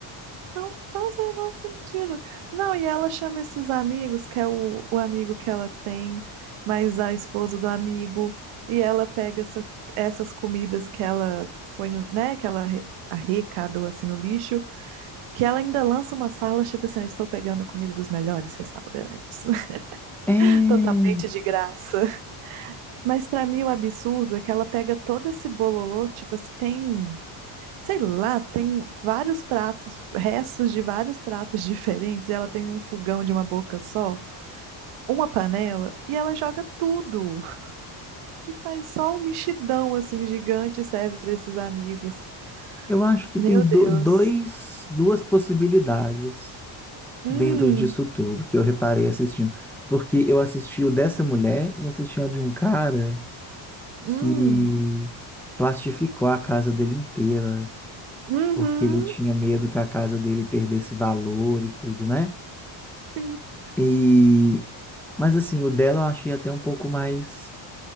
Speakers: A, on the right; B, in the centre.
A: não faz o menor sentido. Não, e ela chama esses amigos, que é o, o amigo que ela tem, mais a esposa do amigo, e ela pega essa- essas comidas que ela foi, no- né, que ela arre- arrecadou assim no lixo, que ela ainda lança umas falas tipo assim, "Eu estou pegando comida dos melhores restaurantes, <laughs>
B: É,
A: totalmente de graça. Mas pra mim o absurdo é que ela pega todo esse bololô, tipo assim, tem Sei lá, tem vários pratos, restos de vários pratos diferentes. Ela tem um fogão de uma boca só, uma panela, e ela joga tudo. <laughs> E faz só um mexidão assim gigante e serve para esses amigos.
B: eu acho que
A: Meu
B: tem do-
A: Deus.
B: dois, duas possibilidades
A: Hum,
B: dentro disso tudo que eu reparei assistindo. Porque eu assisti o dessa mulher e assisti a de um cara que
A: hum,
B: plastificou a casa dele inteira,
A: uhum,
B: porque ele tinha medo que a casa dele perdesse valor e tudo, né?
A: sim.
B: E, mas assim, o dela eu achei até um pouco mais.